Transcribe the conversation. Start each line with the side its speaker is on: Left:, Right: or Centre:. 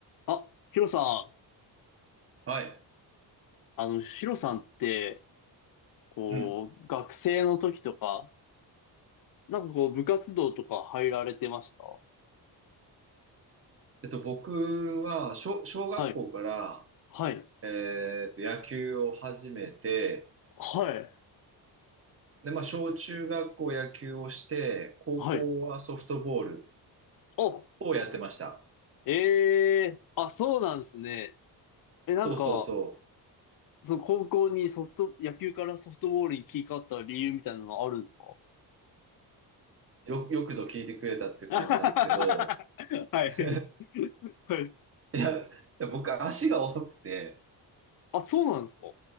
Left: あ、ヒロさん、
Right: はい。
Left: あの、ヒロさんって、こう、
Right: うん。
Left: 学生の時とか、なんかこう、部活動とか入られてました
Right: えっと、僕は、小、小学校から、
Left: はい、はい、
Right: えーっと、野球を始めて、
Left: はい、
Right: で、まあ、小中学校野球をして、高校はソフトボール
Left: はい。お、
Right: をやってました。
Left: ええあ、そうなんですね。え、なんか、
Right: そうそうそ
Left: その高校にソフト、野球からソフトボールに切り替わった理由みたいなのはあるんですか
Right: う。よ、よくぞ聞いてくれたっていう感じなんですけど、
Left: <laughs> は
Right: <laughs>
Left: い。はい。
Right: いや、いや僕、足が遅くて、
Left: あ、そうなんですか